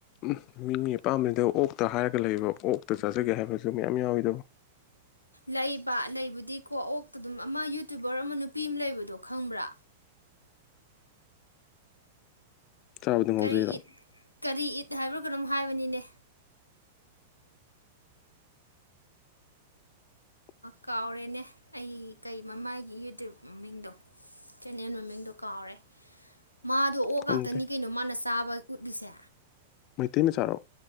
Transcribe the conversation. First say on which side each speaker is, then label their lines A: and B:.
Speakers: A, on the left; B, on the left.
A: ꯎꯝ ꯃꯤꯅꯤ ꯑꯄꯥꯝꯕꯗꯨꯗ ꯑꯣꯛꯇ ꯍꯥꯏꯔꯒ ꯂꯩꯕ ꯑꯣꯛꯇ ꯆꯥꯖꯒꯦ ꯍꯥꯏꯕꯁꯨ ꯃꯌꯥꯝ ꯌꯥꯎꯋꯤꯗꯕ <unintelligible>
B: ꯂꯩꯕ ꯂꯩꯕꯨꯗꯤꯀꯣ ꯑꯣꯛꯇ ꯑꯗꯨꯝ ꯑꯃ ꯌꯨꯇ꯭ꯨꯕꯔ ꯑꯃ ꯅꯨꯄꯤ ꯑꯃ ꯂꯩꯕꯗꯣ ꯈꯪꯕ꯭ꯔꯥ
A: ꯆꯥꯕꯗ ꯉꯥꯎꯖꯩꯔꯣ
B: ꯀꯔꯤ ꯏꯠ ꯀꯔꯤ ꯏꯠ ꯍꯥꯏꯕ꯭ꯔ ꯀꯅꯣꯝ ꯍꯥꯏꯕꯅꯤꯅꯦ
A: <unintelligible>
B: ꯀꯥꯎꯔꯦꯅꯦ ꯑꯩꯒꯤ ꯀꯩ ꯃꯃꯥꯏꯒꯤ ꯌꯨꯇ꯭ꯌꯕ ꯃꯃꯤꯡꯗꯣ ꯆꯦꯟꯅꯦꯜ ꯃꯃꯤꯡꯗꯣ ꯀꯥꯎꯔꯦ ꯃꯥꯗꯣ ꯑꯣꯛ
A: ꯈꯪꯗꯦ
B: ꯉꯥꯛꯇꯅꯤ ꯀꯩꯅꯣ ꯃꯥꯅ ꯆꯥꯕ ꯎꯠꯂꯤꯁꯦ
A: ꯃꯩꯇꯩ ꯃꯆꯥꯔꯣ